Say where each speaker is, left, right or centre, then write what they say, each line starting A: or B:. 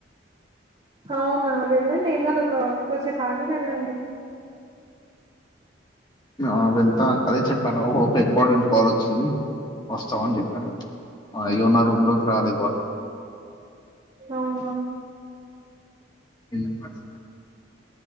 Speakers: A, on the right; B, on the left.
A: అవునా వెళ్ళండి ఏం కాదు ఒక కూసేపు ఆగి వెళ్ళండి
B: ఆ వెళ్తా అదే చెప్పాను ఒక ఇంపార్టెంట్ కాల్ చి వస్తామని చెప్పాను అయ్యో నా రూమ్ లోకి రాలేదు వాళ్ళు
A: అవును
B: మ్మ్మ్